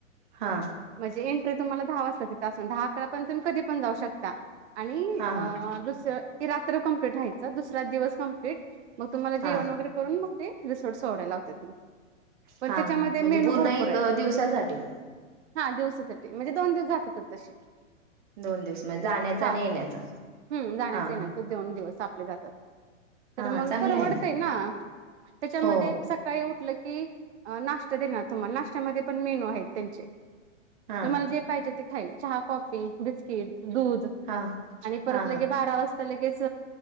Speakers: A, on the right (about 40°); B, on the right (about 60°).
A: हा.
B: म्हणजे एंट्री तुम्हाला दहा वाजता तिथासून दहा अकरा पण तुम्ही कधी पण जाऊ शकता. आणि
A: हा हा
B: दुसरं रात्र कमप्लीट राहायचं दुसरा दिवस कमप्लीट मग तुम्हाला
A: हा
B: जेवण वगैरे करून मग ते रिसोर्ट सोडायला लावत्यात. पण
A: हा
B: त्याच्यामध्ये
A: म्हणजे
B: मेनू
A: पूर्ण
B: भरपूर
A: एक
B: आहेत.
A: दिवसासाठी
B: हा दिवसासाठी म्हणजे दोन दिवस जातातच तसे.
A: दोन दिवस म्हणजे जाण्याचा
B: हा.
A: आणि येण्याचा
B: हम्म. जाण्याचं
A: हा
B: येण्याच.
A: हा
B: दोन दिवस आपले जातात. तर
A: हा
B: मग
A: चांगलं
B: परवडते
A: आहे
B: ना. त्याच्यामध्ये
A: हो
B: काही उठलं की नाश्ता देणार तुम्हाला. नाश्त्यामध्ये पण मेनू आहेत त्यांचे.
A: हा
B: तुम्हाला जे पाहिजे ते खाईल चहा कॉफी, बिस्किट, दूध.
A: हा
B: आणि परत
A: हा
B: लगे बारा वाजता तर लगेच